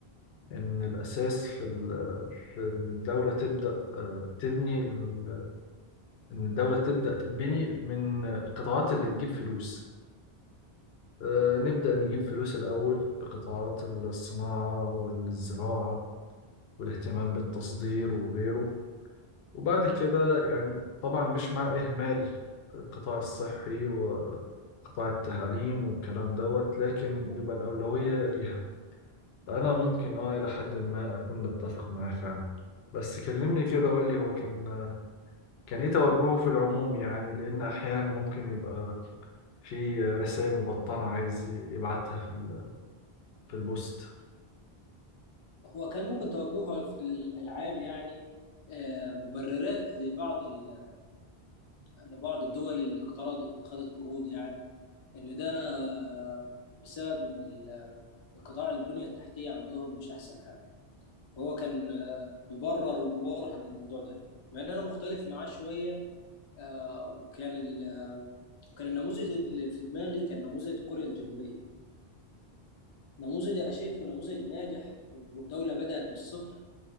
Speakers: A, on the left; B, on the left.
A: إن الأساس في, ال- في إن الدولة تبدأ آه، تبني ال- إن الدولة تبدأ تتبني من القطاعات اللي تجيب فلوس آه، نبدأ نجيب فلوس الأول بقطاعات الصناعة والزراعة والاهتمام بالتصدير وغيره وبعد كده يعني طبعا مش مع إهمال القطاع الصحي وقطاع التعليم والكلام دوت لكن يبقى الأولوية ليها فأنا ممكن آه إلى حد ما أكون بتفق معاه فعلا بس كلمني كده قول لي هو كان كان إيه توجهه في العموم يعني لأن أحيانا ممكن يبقى في رسائل مبطنة عايز يبعتها في ال- في البوست
B: هو كان ممكن توجهها في العام يعني آه، مبررات لبعض ال- لبعض الدول اللي اقترضت خدت قروض يعني ان ده آه، بسبب ان ال- القطاع البنية التحتية عندهم مش احسن حاجة فهو كان آه، بيبرر وبيبرهن الموضوع ده مع ان انا مختلف معاه شوية آه، وكان ال- آه، وكان النموذج اللي في دماغي كان نموذج كوريا الجنوبية نموذج انا شايفه نموذج ناجح ودولة بدأت من الصفر